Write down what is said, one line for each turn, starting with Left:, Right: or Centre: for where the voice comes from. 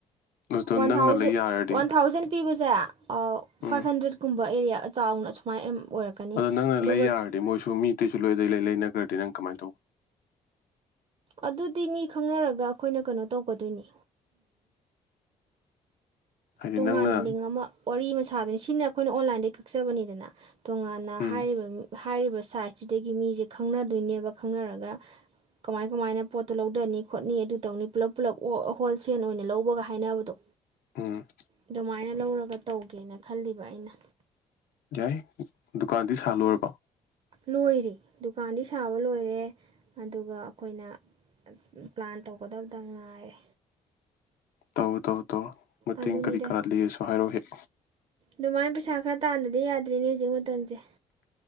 Left: ꯑꯗꯣ
Right: ꯋꯥꯟ
Left: ꯅꯪꯅ
Right: ꯊꯥꯎꯖꯟ
Left: ꯂꯩ ꯌꯥꯔꯗꯤ
Right: ꯋꯥꯟ ꯊꯥꯎꯖꯟ ꯄꯤꯕꯁꯦ ꯐꯥꯏꯚ
Left: ꯎꯝ
Right: ꯍꯟꯗ꯭ꯔꯦꯠ ꯁꯨꯝꯕ ꯑꯦꯔꯤꯌꯥ ꯆꯥꯎꯅ ꯁꯨꯃꯥꯏꯅ
Left: ꯑꯗꯣ ꯅꯪꯅ
Right: ꯑꯗꯨꯒ
Left: ꯂꯩ ꯌꯥꯔꯗꯤ ꯃꯣꯏꯁꯨ
Right: ꯌꯥꯔꯗꯤ
Left: ꯃꯤ ꯇꯩꯁꯨ ꯂꯣꯏꯗꯩ ꯂꯩ ꯅꯒ꯭ꯔꯗꯤ ꯅꯪ ꯀꯃꯥꯏꯅ ꯇꯧꯕ
Right: ꯑꯗꯨꯗꯤ ꯃꯤ ꯈꯪꯅꯔꯒ ꯑꯩꯈꯣꯏꯅ ꯀꯩꯅꯣ ꯇꯧꯒꯗꯣꯏꯅꯤ
Left: ꯍꯥꯏꯗꯤ
Right: ꯇꯣꯉꯥꯟꯅ
Left: ꯅꯪꯅ
Right: ꯂꯤꯡ ꯑꯃ ꯋꯥꯔꯤ ꯑꯃ ꯁ ꯊꯥꯗꯨꯅꯤ ꯁꯤꯅ ꯑꯩꯈꯣꯏꯅ ꯑꯣꯟꯂꯥꯏꯟꯗꯩ ꯀꯛꯆꯕꯅꯤꯗꯅ ꯇꯣꯉꯥꯟꯅ
Left: ꯎꯝ
Right: ꯍꯥꯏꯔꯤꯕ ꯍꯥꯏꯔꯤꯕ ꯁꯥꯏꯠꯁꯤꯗꯒꯤ ꯃꯤꯁꯦ ꯈꯪꯅꯗꯣꯏꯅꯦꯕ ꯈꯪꯅꯔꯒ ꯀꯃꯥꯏ ꯀꯃꯥꯏꯅ ꯄꯣꯠꯇꯣ ꯂꯧꯊꯅꯤ ꯈꯣꯠꯅꯤ ꯑꯗꯨ ꯇꯧꯅꯤ ꯄꯨꯂꯞ ꯄꯨꯂꯞ ꯍꯣꯜꯁꯦꯜ ꯑꯣꯏꯅ ꯂꯧꯕꯒ ꯍꯥꯏꯅꯕꯗꯣ
Left: ꯎꯝ
Right: ꯑꯗꯨꯃꯥꯏꯅ ꯂꯧꯔꯒ ꯇꯧꯒꯦꯅ ꯈꯜꯂꯤꯕ ꯑꯩꯅ
Left: ꯌꯥꯏ ꯗꯨꯀꯥꯟꯗꯤ ꯁꯥꯜꯂꯨꯔꯕ
Right: ꯂꯣꯏꯔꯦ ꯗꯨꯀꯥꯟꯗꯤ ꯁꯥꯕ ꯂꯣꯏꯔꯦ ꯑꯗꯨꯒ ꯑꯩꯈꯣꯏꯅ ꯄ꯭ꯂꯥꯟ ꯇꯧꯒꯗꯕꯗ ꯉꯥꯏꯔꯦ
Left: ꯇꯧ ꯇꯧ ꯇꯧ ꯃꯇꯦꯡ
Right: ꯑꯗꯨꯅꯤꯗ
Left: ꯀꯔꯤ ꯀꯔꯥ ꯂꯩꯔꯁꯨ ꯍꯥꯏꯔꯛꯑꯣ ꯍꯦꯛ
Right: ꯑꯗꯨꯃꯥꯏꯅ ꯄꯩꯁꯥ ꯈꯔ ꯇꯥꯟꯗꯗꯤ ꯌꯥꯗ꯭ꯔꯤꯅꯦ ꯍꯧꯖꯤꯛ ꯃꯇꯝꯁꯦ